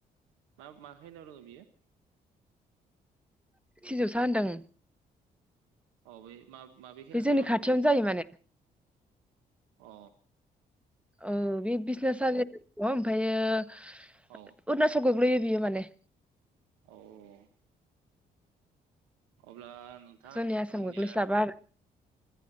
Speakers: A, on the right; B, in the centre.
A: मा मा खैनिङाव दोङो बियो
B: सिजौवसा होनदों
A: अ बे मा माबे खैना
B: बे
A: जायगायाव
B: जोंनि
A: दङ
B: खाथियावनो
A: बियो
B: जायो माने
A: अ
B: औ बे बिसनाथ सारिआलि दङ ओमफायो अरुनाचल
A: औ
B: गोग्लैयो बियो माने
A: औ औ औ अब्ला नोंथां
B: जोंनि आसाम
A: जोंनिया
B: गोग्लैस्लाबा
A: <unintelligible>
B: आरो